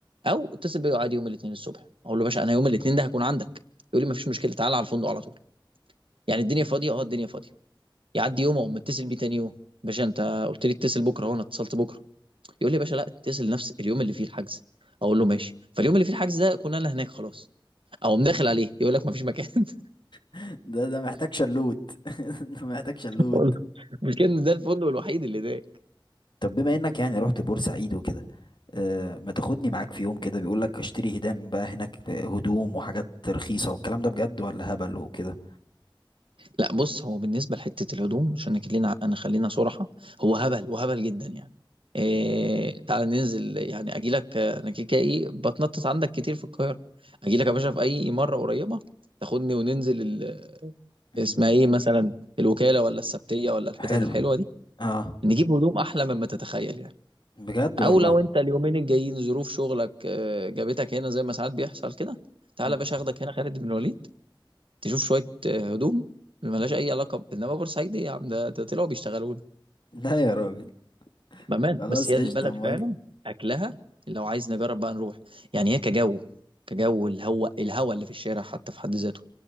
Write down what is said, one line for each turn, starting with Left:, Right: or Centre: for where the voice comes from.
Right: او اتصل بيا عادي يوم الاثنين الصبح اقول له يا باشا انا يوم الاثنين ده هكون عندك يقول لي ما فيش مشكله تعالى على الفندق على طول يعني الدنيا فاضيه اه الدنيا فاضيه يعدي يوم اقوم متصل بيه تاني يوم باشا انت قلت لي اتصل بكره اهو انا اتصلت بكره يقول لي يا باشا لا اتصل نفس اليوم اللي فيه الحجز اقول له ماشي فاليوم اللي فيه الحجز ده اكون انا هناك خلاص اقوم داخل عليه يقول لك ما فيش مكان <laughs>
Left: <laughs> ده ده محتاج شلوت <laughs> ده محتاج شلوت
Right: والله مش كان ده الفندق الوحيد اللي ده
Left: طب بما انك يعني رحت بورسعيد وكده آه ما تاخدني معاك في يوم كده بيقول لك اشتري هدام بقى هناك هدوم وحاجات رخيصة والكلام ده بجد ولا هبل وكده
Right: لا بص هو بالنسبه لحته الهدوم عشان خلينا انا خلينا صراحه هو هبل وهبل جدا يعني إيه تعال ننزل يعني اجي لك آه، انا كيكا ايه بتنطط عندك كتير في القاهره اجي لك يا باشا في اي مره قريبه تاخدني وننزل ال...
Left: مم.
Right: اسمها ايه مثلا الوكاله ولا السبتيه ولا الحتت
Left: حلو
Right: الحلوه دي
Left: اه
Right: نجيب هدوم احلى مما تتخيل يعني
Left: بجد والله
Right: او لو انت اليومين الجايين ظروف شغلك آه، جابتك هنا زي ما ساعات بيحصل كده تعالى
Left: مم.
Right: يا باشا اخدك هنا خالد بن الوليد تشوف شويه آه، هدوم ملهاش اي علاقه ب- انما بورسعيد ايه يا عم ده ده طلعوا بيشتغلوا لنا
Left: لا يا راجل
Right: بامانه
Left: خلاص
Right: بس هي
Left: قشطة
Right: البلد
Left: موافق
Right: فعلا اكلها لو عايز نجرب بقى نروح يعني هي كجو كجو الهواء الهواء اللي في الشارع حتى في حد ذاته